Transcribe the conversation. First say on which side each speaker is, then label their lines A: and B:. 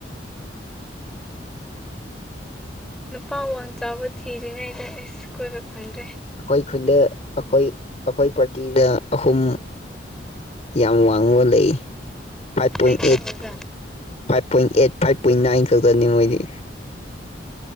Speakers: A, on the left; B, in the centre.
A: <inaudible>
B: ꯅꯨꯄꯥ ꯋꯥꯡ ꯆꯥꯎꯕ ꯊꯤꯔꯤꯉꯩꯗ ꯑꯦꯁ ꯀꯣꯏꯕ ꯐꯪꯗ꯭ꯔꯦ
A: ꯑꯩꯈꯣꯏ ꯈꯨꯟꯗ ꯑꯩꯈꯣꯏ ꯑꯩꯈꯣꯏ ꯄ꯭ꯔꯥꯔꯇꯤꯗ ꯑꯍꯨꯝ ꯌꯥꯝ ꯋꯥꯡꯕ ꯂꯩ ꯐꯥꯏꯚ ꯄꯣꯏꯟ
B: ꯍꯥꯏꯈ꯭ꯔꯣ
A: ꯑꯦꯠ
B: ꯑꯣꯖꯥ
A: five point eight five point nine ꯈꯛꯇꯅꯤ ꯃꯣꯏꯗꯤ